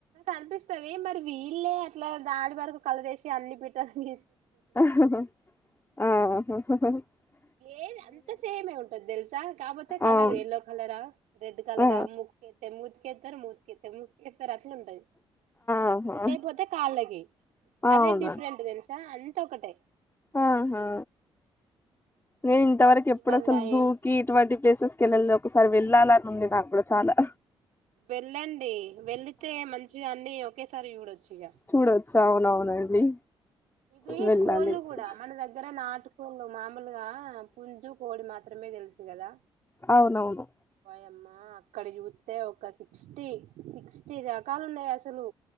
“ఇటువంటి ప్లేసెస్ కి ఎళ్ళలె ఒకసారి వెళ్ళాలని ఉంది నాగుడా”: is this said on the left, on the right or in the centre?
Left